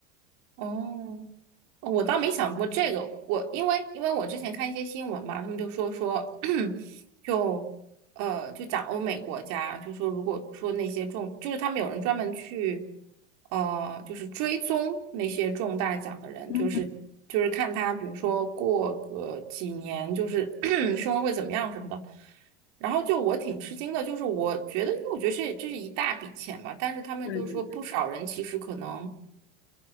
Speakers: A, on the right (about 55°); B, on the left (about 80°).
A: 哦。我倒没想过这个，我因为因为我之前看一些新闻嘛，他们就说说，<clears throat> 就呃就讲欧美国家，就说如果说那些中，就是他们有人专门去，呃，就是追踪那些中大奖的人，
B: 嗯，
A: 就是就是看他，比如说过个几年，就是 <clears throat> 生活会怎么样什么的。然后就我挺吃惊的，就是我觉得，因为我觉得这这是一大笔钱嘛，但是他们就是说不少人其实可能。
B: 对对对，